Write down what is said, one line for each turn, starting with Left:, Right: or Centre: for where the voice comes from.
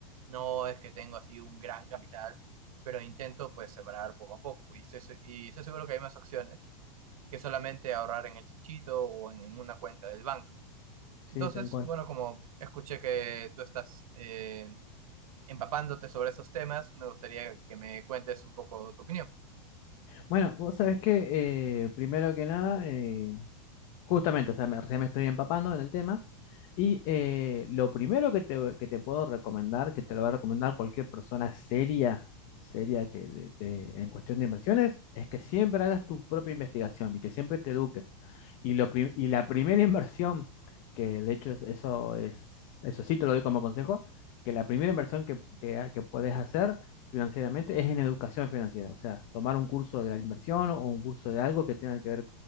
Right: No es que tengo así un gran capital, pero intento pues separar poco a poco. Y estoy, se- y estoy seguro que hay más opciones que solamente ahorrar en el chinchito o en, en una cuenta del banco.
Left: sí,
Right: Entonces,
Left: tal cual.
Right: bueno, como escuché que tú estás eh, empapándote sobre esos temas, me gustaría que me cuentes un poco tu opinión.
Left: Bueno, vos sabés que eh, primero que nada, eh, Justamente, o sea, me, recién me estoy empapando en el tema. Y eh, lo primero que te, que te puedo recomendar, que te lo va a recomendar cualquier persona seria, seria que de- de- en cuestión de inversiones, es que siempre hagas tu propia investigación y que siempre te eduques. Y, lo, pri- y la primera <laughs> inversión, que de hecho es- eso es, eso sí te lo doy como consejo, que la primera inversión que, que, ha- que puedes hacer financieramente es en educación financiera. O sea, tomar un curso de inversión o un curso de algo que tenga que ver